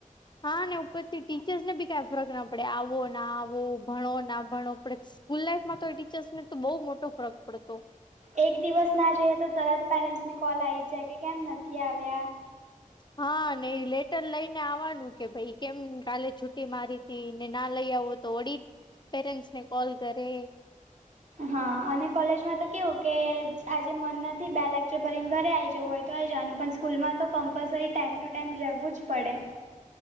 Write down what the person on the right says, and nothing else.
એક દિવસ ના જઈએ તો તરત પેરેન્ટ્સને કોલ આવી જ જાય કે કેમ નથી આવ્યા.
હા અને કોલેજમાં તો કેવું કે આજે મન નથી બે લેકચર ભરીને ઘરે આઇ જવું હોય. તો આઈ જાવાનું પણ સ્કૂલમાં તો કમ્પલસરી ટાઈમ ટુ ટાઈમ રહેવું જ પડે.